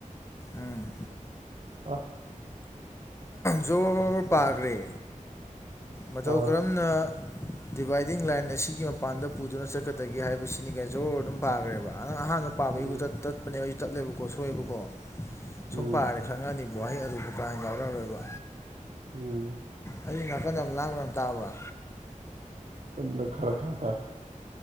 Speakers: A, on the left; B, on the right.
A: ꯎꯝ
B: ꯑ
A: ꯖꯣꯔ ꯄꯥꯒ꯭ꯔꯦ
B: ꯑꯥ
A: ꯃꯇꯧ ꯀꯔꯝꯅ
B: <inaudible>
A: ꯗꯤꯚꯥꯢꯗꯤꯡ ꯂꯥꯢꯟ ꯑꯁꯤꯒꯤ ꯃꯄꯥꯟꯗ ꯄꯨꯗꯨꯅ ꯆꯠꯀꯗꯒꯦ ꯍꯥꯢꯕꯁꯤꯅꯤ ꯀ ꯖꯣꯔ ꯑꯗꯨꯝ ꯄꯥꯒ꯭ꯔꯦꯕ ꯑꯅ ꯑꯍꯥꯟꯕ ꯄꯥꯕꯩꯒ
B: ꯎꯝ
A: ꯇꯠ ꯇꯠꯄꯅꯦꯕ ꯑꯩꯁꯨ ꯇꯠꯂꯦꯕꯀꯣ ꯁꯣꯢꯕꯀꯣ
B: ꯎꯝ
A: ꯁꯨꯝ ꯄꯥꯔꯦ ꯈꯪꯉꯅꯤ ꯋꯥꯍꯩ ꯑꯔꯨꯕ ꯀꯥ ꯍꯦꯟꯅ ꯌꯥꯎꯔꯛꯑꯔꯣꯏꯕ
B: ꯎꯝ
A: ꯑꯩ ꯅꯥꯀꯟꯗ ꯑꯃ ꯂꯥꯡꯕ ꯌꯥꯝ ꯇꯥꯕ꯭ꯔꯥ
B: ꯀꯟꯗ ꯈꯥꯔ ꯈꯔꯥ ꯇꯥꯏ